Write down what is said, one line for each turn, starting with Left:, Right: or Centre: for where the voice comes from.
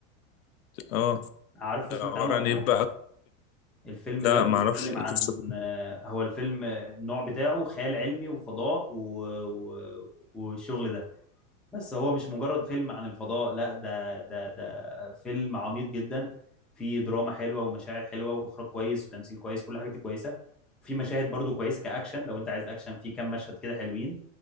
Left: اه
Centre: عارفه
Left: ده
Centre: سمعت
Left: عباره
Centre: عنه ولا
Left: عن
Centre: حاجه
Left: ايه بقى
Centre: الفيلم
Left: لا
Centre: ده بيتكلم
Left: ما اعرفش قصته
Centre: عن آه، هو الفيلم آه، النوع بتاعه خيال علمي وفضاء و... و... والشغل ده بس هو مش مجرد فيلم عن الفضاء لا ده ده ده فيلم عميق جدا فيه دراما حلوة ومشاعر حلوة وإخراج كويس وتمثيل كويس كل حاجة فيه كويسة وفي مشاهد برضو كويسة كأكشن لو أنت عايز أكشن فيه كام مشهد كده حلوين